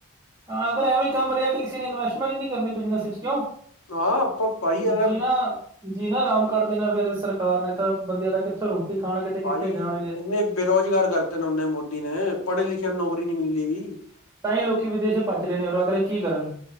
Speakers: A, on the right; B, on the left.
A: ਹਾਂ ਅਗਰ ਐਵੇਂ ਕੰਮ ਰਿਹਾ ਤੇ, ਕਿਸੇ ਨੇ ਇਨਵੈਸਟਮੈਂਟ ਨੀ ਕਰਨੀ ਬਿਜਨਸ 'ਚ ਕਿਉਂ।
B: ਹਾਂ ਆਪਾਂ ਭਾਈ ਅਗਰ
A: ਜੀ ਨਾ, ਜੀ ਨਾ ਆਰਾਮ ਕੱਢ ਦੇਣਾ, ਫੇਰ ਸਰਕਾਰ ਨੇ ਤਾਂ ਬੰਦਿਆਂ ਦਾ। ਕਿੱਥੋਂ ਰੋਟੀ ਖਾਣਗੇ, ਤੇ ਕਿੱਥੇ
B: ਭਾਜੀ
A: ਜਾਣਗੇ।
B: ਇੰਨੇ ਬੇਰੁਜ਼ਗਾਰ ਕਰਤੇ ਨ ਉਹਦੇ ਮੋਦੀ ਨੇ, ਪੜ੍ਹੇ ਲਿਖਿਆ ਨੂੰ ਨੌਕਰੀ ਨੀ ਮਿਲਨ ਵੀ।
A: ਤਾਂ ਹੀ ਲੋਕੀ ਵਿਦੇਸ਼ ਪਚ ਰਹੇ ਨੇ, ਔਰ ਅਗਲੇ ਕੀ ਕਰਨ।